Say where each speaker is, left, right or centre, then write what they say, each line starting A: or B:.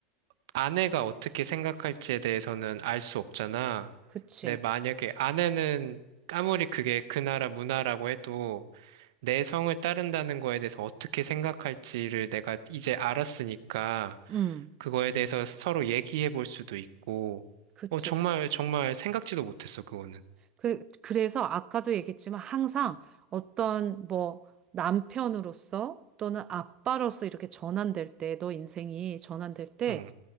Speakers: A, on the right; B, on the right.
A: 아내가 어떻게 생각할지에 대해서는 알 수 없잖아.
B: 그치,
A: 근데 만약에 아내는 아무리 그게 그 나라 문화라고 해도 내 성을 따른다는 거에 대해서 어떻게 생각할지를 내가 이제 알았으니까
B: 응,
A: 그거에 대해서 서로 얘기해 볼 수도 있고,
B: 그치.
A: 어, 정말, 정말 생각지도 못했어, 그거는.
B: 그, 그래서 아까도 얘기했지만 항상 어떤 뭐 남편으로서 또는 아빠로서 이렇게 전환될 때, 너 인생이 전환될 때,
A: 어,